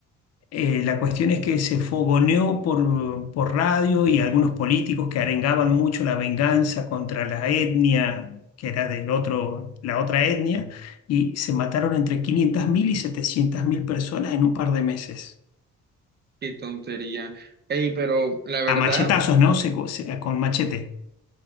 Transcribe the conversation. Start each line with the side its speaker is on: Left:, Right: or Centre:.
Left: eh, la cuestión es que se fogoneó por, por radio y algunos políticos que arengaban mucho la venganza contra la etnia, que era del otro, la otra etnia, y se mataron entre 500.000 y 700.000 personas en un par de meses.
Right: Qué tontería. Ey, pero la verdad,
Left: A machetazos, ¿no? Se se- con machete.